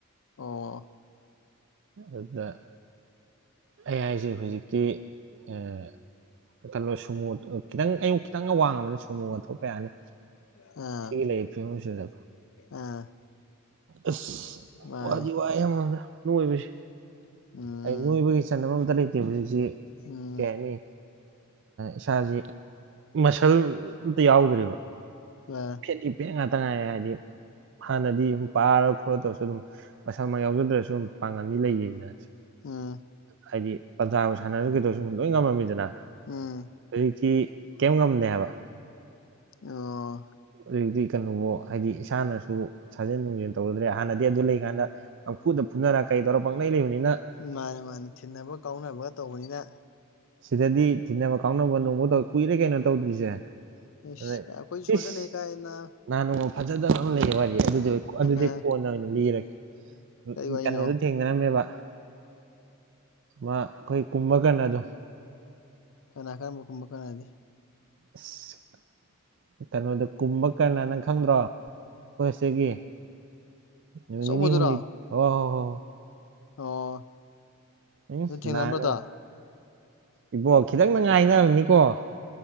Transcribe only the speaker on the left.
ꯑꯣ
ꯑꯥ
ꯑꯥ
ꯃꯥꯅꯦ
ꯎꯝ
ꯎꯝ
ꯋꯥ
ꯎꯝ
ꯎꯝ
ꯑꯣ
ꯃꯥꯅꯦ ꯃꯥꯅꯦ ꯊꯤꯟꯅꯕ ꯀꯥꯎꯅꯕꯒ ꯇꯧꯕꯅꯤꯅ
ꯏꯁ
ꯑꯩꯈꯣꯏꯁꯨ ꯁꯣꯟꯖꯜꯂꯛꯑꯦ
ꯀꯥꯏꯅ
ꯑꯥ
ꯀꯔꯤ ꯋꯥꯔꯤꯅꯣ
ꯀꯅꯥ ꯀꯔꯝꯕꯀꯨꯝꯕ ꯀꯔꯅꯗꯤ
ꯑꯆꯧꯕꯗꯨꯔꯣ
ꯑꯣ
ꯑꯗꯨ ꯊꯦꯡꯅꯔꯝꯕꯗꯣ